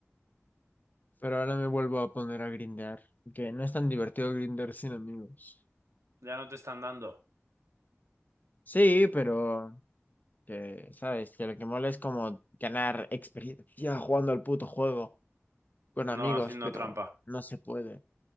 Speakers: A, on the left (about 40°); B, on the right (about 85°).
A: pero ahora me vuelvo a poner a grindear, que no es tan divertido grindear sin amigos.
B: Ya no te están dando.
A: Sí, pero que, sabes, que lo que mola es como ganar experiencia jugando al puto juego con
B: No,
A: amigos,
B: haciendo
A: pero
B: trampa.
A: no se puede.